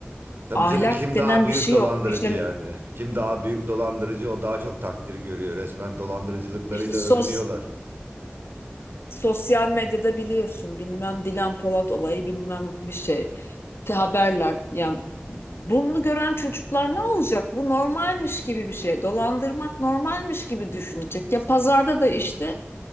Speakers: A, on the right (about 60°); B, on the left (about 75°).
A: Tabii
B: Ahlak
A: canım kim
B: denen
A: daha büyük
B: bir şey
A: dolandırıcı
B: yok. İşte
A: yani? Kim daha büyük dolandırıcı o daha çok takdir görüyor. Resmen dolandırıcılıklarıyla
B: işte sos
A: övünüyorlar.
B: Sosyal medyada biliyorsun bilmem Dilan Polat olayı bilmem bir şey. Te haberler yani bunu gören çocuklar ne olacak? Bu normalmiş gibi bir şey. Dolandırmak normalmiş gibi düşünecek. Ya pazarda da işte